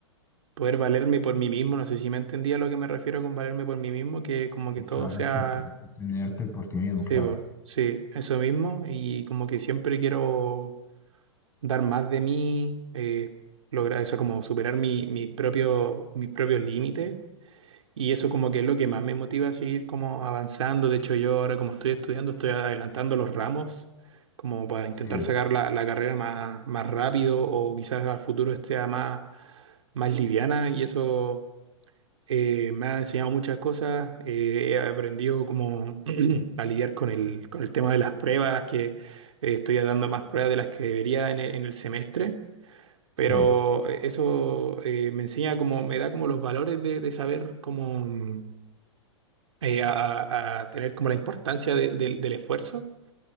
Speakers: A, on the right; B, on the left.
A: poder valerme por mí mismo, no sé si me entendía a lo que me refiero con valerme por mí mismo, que como que
B: Y
A: todo
B: claro,
A: sea,
B: eso es sostenerte por ti mismo,
A: sí,
B: claro.
A: po, sí, eso mismo, y como que siempre quiero dar más de mí, eh, lograr eso, como superar mi, mi propio, mis propios límites. Y eso como que es lo que más me motiva a seguir como avanzando. De hecho, yo ahora como estoy estudiando, estoy adelantando los ramos, como para intentar
B: Sí,
A: sacar la, la carrera más, más rápido o quizás al futuro esté más, más liviana. Y eso eh, me ha enseñado muchas cosas. Eh, he aprendido como <clears throat> a lidiar con el, con el tema de las pruebas, que eh, estoy dando más pruebas de las que debería en el en el semestre. Pero
B: sí.
A: eh, eso eh, me enseña como, me da como los valores de, de saber cómo mm, eh, a, a- a tener como la importancia de- del del esfuerzo.